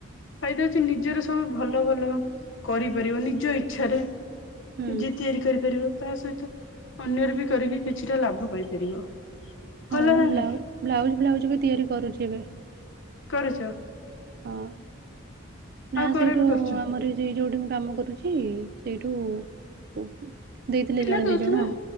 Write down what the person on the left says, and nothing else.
ଫାଇଦା ହଉଚି ନିଜର ସବୁ ଭଲ ଭଲ କରିପାରିବ ନିଜ ଇଛାରେ।
ନିଜେ ତିଆରି କରିପାରିବ। ତା ସହିତ ଅନ୍ୟର ବି କରିକି କିଛିଟା ଲାଭ ପାଇପାରିବ। ଭଲ
ନା
ନାଇଁ?
କରୁଚ?
କାହାର
ବି କରୁଛ?
ପିଲା
ଦଉଥିବେ
ଆଉ